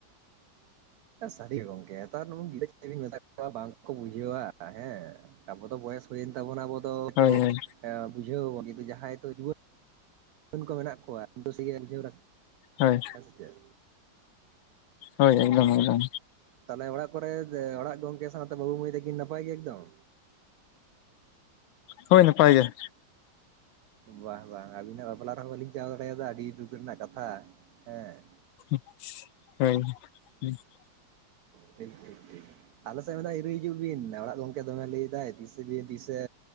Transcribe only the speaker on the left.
ᱦᱳᱭ
ᱦᱳᱭ
ᱦᱳᱭ
ᱦᱳᱭ ᱮᱠᱫᱚᱢ-ᱮᱠᱫᱚᱢ᱾
ᱦᱳᱭ ᱱᱟᱯᱟᱭ ᱜᱮ᱾
<inaudible> <inaudible>